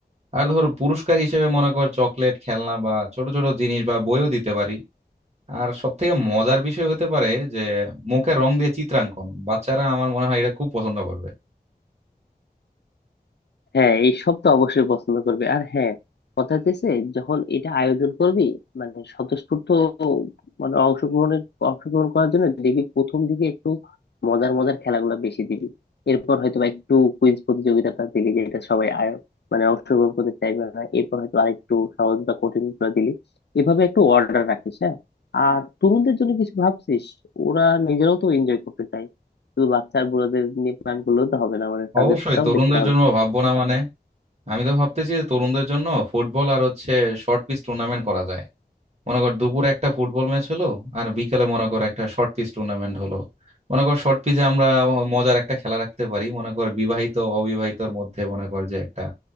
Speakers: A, on the right (about 40°); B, on the left (about 85°).
A: আর ধর পুরস্কার হিসেবে মনে কর চকলেট খেলনা বা ছোট ছোট জিনিস বা বইও দিতে পারি আর সব থেকে মজার বিষয় হতে পারে যে মুখে রং দিয়ে চিত্রাঙ্কন বাচ্চারা আমার মনে হয় এটা খুব পছন্দ করবে
B: হ্যাঁ এইসব তো অবশ্যই পছন্দ করবে আর হ্যাঁ কথা হচ্ছে যখন এটা আয়োজন করবি মানে স্বতঃস্ফূর্ত মানে অংশগ্রহণের অংশগ্রহণ করার জন্য দেখবি প্রথম দিকে একটু মজার মজার খেলাগুলো বেশি দিবি এরপর হয়তো বা একটু কুইজ প্রতিযোগিতাটা দিলি যেটা সবাই আয়- মানে অংশগ্রহণ করতে চাইবে না এরপর হয়তো আরেকটু সহজ বা কঠিন করে দিলি এভাবে একটু অর্ডার রাখিস হ্যাঁ আর তরুণদের জন্য কিছু ভাবছিস ওরা নিজেরাও তো এনজয় করতে চায় শুধু বাচ্চা আর বুড়োদের নিয়ে প্ল্যান করলেও তো হবে না মানে তাদেরটাও
A: অবশ্যই তরুণদের
B: দেখতে হবে
A: জন্য ভাববো না মানে আমি তো ভাবতেছি যে তরুণদের জন্য ফুটবল আর হচ্ছে শর্ট পিচ টুর্নামেন্ট করা যায় মনে কর দুপুরে একটা ফুটবল ম্যাচ হলো আর বিকেলে মনে কর একটা শর্ট পিচ টুর্নামেন্ট হলো মনে কর শর্ট পিচে আমরা মজার একটা খেলা রাখতে পারি মনে কর বিবাহিত অবিবাহিতর মধ্যে মনে কর যে একটা